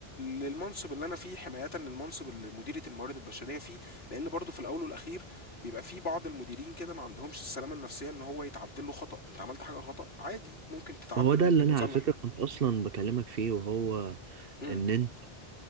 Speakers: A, on the left; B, on the right.
A: للمنصب اللي انا فيه حمايه للمنصب اللي مديريه الموارد البشريه فيه لان برضو في الاول والاخير بيبقى في بعض المديرين كده ما عندهمش السلامه النفسيه ان هو يتعدل له خطا انت عملت حاجه خطا عادي ممكن تتعدل
B: وهو ده
A: وممكن
B: اللي انا
A: تصلح
B: على فكرة كنت اصلا بكلمك فيه وهو
A: امم
B: ان انت